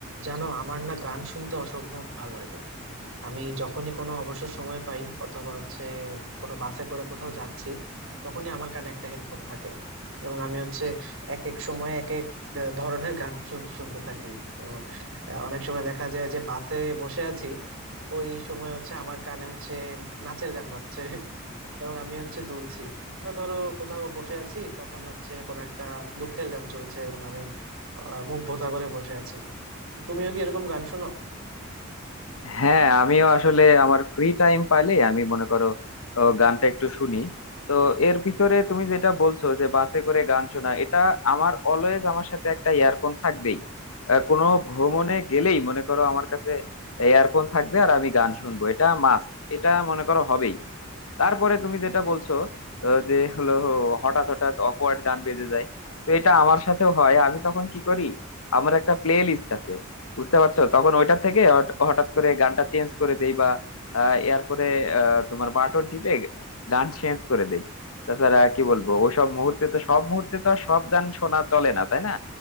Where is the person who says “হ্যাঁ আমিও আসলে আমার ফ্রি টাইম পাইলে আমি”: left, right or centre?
Left